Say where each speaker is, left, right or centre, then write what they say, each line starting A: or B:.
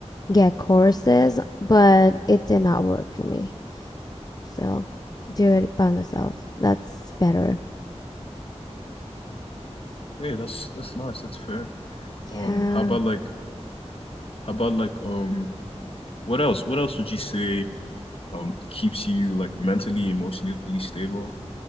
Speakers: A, on the left (about 35°); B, on the left (about 55°).
A: get courses, but it did not work for me. So, do it by myself. That's better.
B: Hey, that's that's nice. That's fair. Um,
A: Yeah.
B: how about like how about like um what else? What else would you say um keeps you like mentally, emotionally stable